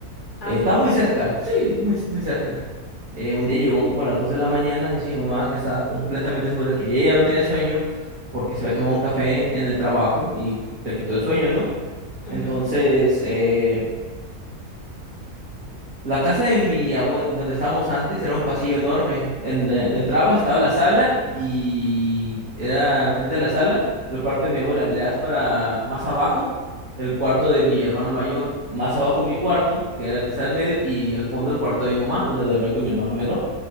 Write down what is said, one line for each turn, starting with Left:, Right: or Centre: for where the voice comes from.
Right: Eh,
Left: Ah,
Right: estaba
Left: bien
Right: muy
Left: enfrente.
Right: cerca, sí, muy, muy cerca. Eh, un día llegó como a las 2 de la mañana, dice mi mamá que estaba completamente segura que ella no tenía sueño porque se había tomado un café en el trabajo y te quitó el sueño, ¿no?
Left: Ujú,
Right: Entonces, eh, La casa de mi abuelo, donde estábamos antes, era un pasillo enorme. En- eh, entraba, estaba la sala y era frente a la sala, el cuarto de mi abuela. Le das para más abajo, el cuarto de mi hermano mayor. Más abajo mi cuarto, que era el que está en medio, y al fondo el cuarto de mi mamá, donde dormía con mi hermano menor.